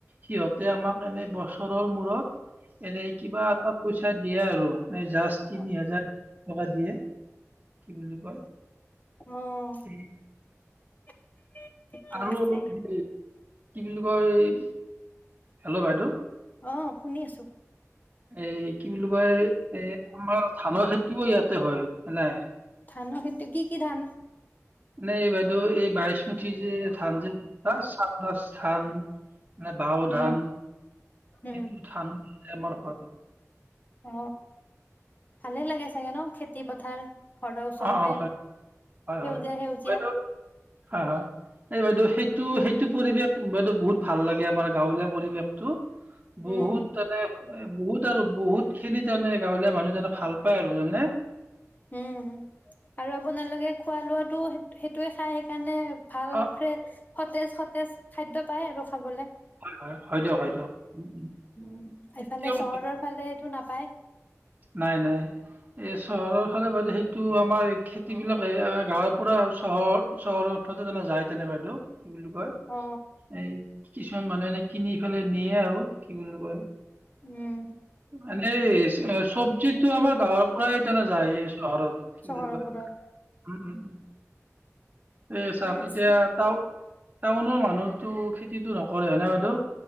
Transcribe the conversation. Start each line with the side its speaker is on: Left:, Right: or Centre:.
Right: সিহঁতে আমাক এনে বছৰৰ মূৰত এনে কিবা এটা পইচা দিয়ে আৰু। এই জাষ্ট
Left: অ
Right: তিনি হাজাৰ টকা দিয়ে। কি বুলি কয়?
Left: অহ।
Right: উম।
Left: <inaudible>
Right: আৰু
Left: আছে
Right: অলপ এই কি কয়, এ হেল্ল', বাইদেউ।
Left: অ, শুনি আছোঁ।
Right: এই কি বুলি কয়, এ আমাৰ ধানৰ খেতিও ইয়াতে হয় নহ।
Left: ধানৰ খেতি, কি কি ধান?
Right: নাই এই বাইচমুতি যে ধান যে, কিবা চান ৰাইচ ধান। মানে বাও
Left: উম
Right: ধান,
Left: উম
Right: সেইটো ধান আমাৰ কৰে।
Left: অ, ভালেই লাগে চাগে ন, খেতি পথাৰ। ঘৰৰ ওচৰতে
Right: অঁ অঁ
Left: সেউজীয়া-
Right: হয় হয় হয়
Left: সেউজীয়া।
Right: বাইদেউ হয়- হয় এই বাইদেউ, সেইটো- সেইটো পৰিৱেশ বাইদেউ বহুত ভাল লাগে আমাৰ গাঁৱলীয়া পৰিৱেশ। বহুত
Left: উম
Right: মানে বহুত। আৰু বহুত খিনি তাৰমানে গাঁৱলীয়া মানুহ ভাল পায় আৰু। জানে নে?
Left: উম, আৰু আপোনালোকে খোৱা লোৱাতটো সেইটোয়ে খাই সেইকাৰণে ভাল
Right: অঁ
Left: কে সতেজ- সতেজ খাদ্য পায় আৰু খাবলৈ। <inaudible>
Right: হয় হয় হয় দিয়ক হয় দিয়ক উম,
Left: উম, এইফালে
Right: দিয়ক
Left: চহৰৰ ফালেটো নাপায়?
Right: নাই-নাই। এই চহৰৰ ফালে, সেইটো আমাৰ এই, খেতিবিলাকে গাঁৱৰ পৰা চহৰ, চহৰত <unintelligible> যায়, তেনে বাইদেউ, কি বুলি কয়!
Left: অ
Right: এই, কিছুমান মানুহে এনেই কিনি পেলাই নিয়ে আৰু। কি বুলি কয়!
Left: উম
Right: এনেই চব্জিতো আমাৰ গাঁৱৰ পৰাই টানা যায়, চহৰত
Left: চহৰবোৰত
Right: বুলি কয়। উম, উম। এই চাওঁক?
Left: ঠিকে আছে
Right: এতিয়া, টাউ-টাউনৰ মানুহ টো খেতিটো নকৰে, হয় নে বাইদেউ?